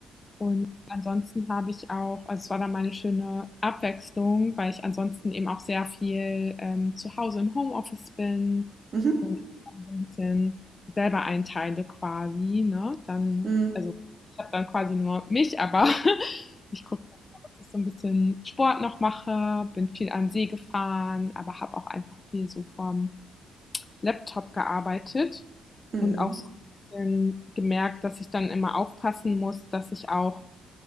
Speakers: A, on the left; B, on the right.
A: Und ansonsten habe ich auch, also es war dann mal 'ne schöne Abwechslung, weil ich ansonsten eben auch sehr viel, ähm, zu Hause im Homeoffice bin
B: mhm,
A: und so ein bisschen selber einteile quasi, ne? Dann
B: mhm,
A: ich habe dann quasi nur mich, aber <laughs> ich gucke dass ich so ein bisschen Sport noch mache, bin viel an den See gefahren, aber habe auch einfach viel so vom Laptop gearbeitet
B: mhm,
A: und auch so 'n bisschen gemerkt, dass ich dann immer aufpassen muss, dass ich auch